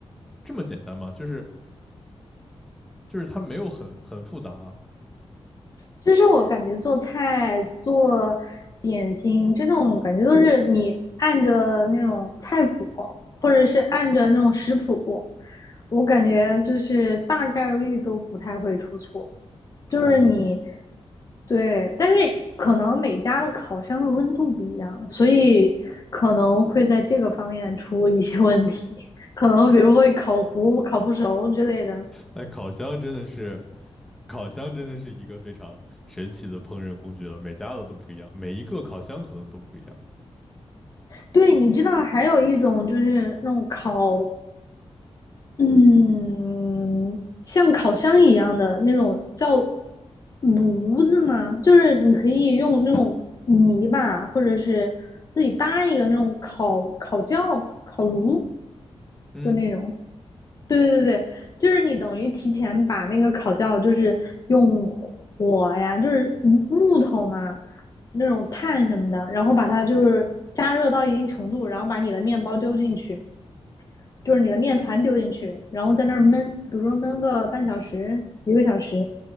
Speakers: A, in the centre; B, on the left (about 35°).
A: 这么简单吗？就是就是它没有很很复杂啊。
B: 其实我感觉做菜、做点心这种感觉都是你按着那种菜谱，或者是按着那种食谱，我感觉就是大概率都不太会出错。就是你
A: 哦，
B: 对，但是可能每家的烤箱的温度不一样，所以可能会在这个方面出一些问题，可能比如会烤糊、烤不熟之类的。
A: 哎，烤箱真的是烤箱真的是一个非常神奇的烹饪工具了，每家的都不一样，每一个烤箱可能都不一样。
B: 对，你知道还有一种就是那种烤，嗯，像烤箱一样的那种叫炉子吗？就是你可以用那种泥巴，或者是自己搭一个那种烤烤窖、烤炉，
A: 嗯，
B: 就那种。对对对，对，就是你等于提前把那个烤窖，就是用火呀，就是木头嘛，那种炭什么的，然后把它就是加热到一定程度，然后把你的面包丢进去，就是你的面团丢进去，然后在那儿焖，比如说焖个半小时、一个小时，